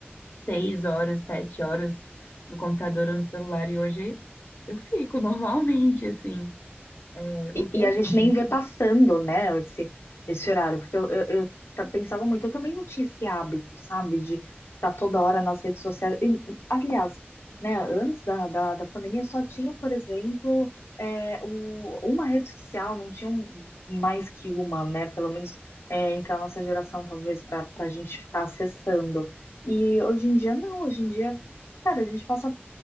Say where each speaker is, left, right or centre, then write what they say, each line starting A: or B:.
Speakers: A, on the left (about 55°); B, on the left (about 85°).
A: seis horas, sete horas no computador ou no celular, e hoje eu fico <laughs> normalmente, assim. É,
B: E,
A: O que
B: e
A: é
B: a
A: muito.
B: gente nem vê passando, né, esse, esse horário, porque eu, eu, eu ta- pensava muito, eu também não tinha esse hábito, sabe, de estar toda hora nas redes sociais. E, aliás, né, antes da, da, da pandemia só tinha, por exemplo, é, o, uma rede social, não tinha um- mais que uma, né, pelo menos é, entre a nossa geração, talvez, para a gente ficar acessando. E hoje em dia, não, hoje em dia, cara, a gente passa